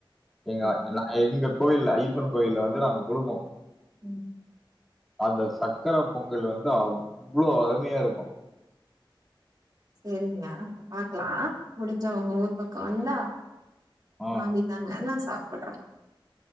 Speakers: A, in the centre; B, on the right.
A: எங்க
B: ம்
A: நான் எங்க கோயில் ஐப்பன் கோயில வந்து நாங்க குடுப்போம்
B: உம்
A: அந்த சக்கர பொங்கல் வந்து அவ்ளோ அருமையா இருக்கும்
B: சேரிங்க பாக்கலாம் முடி உங்க ஊர் பக்கம் வந்தா
A: அ.
B: வாங்கி தாங்க நான் சாப்பிடுறேன்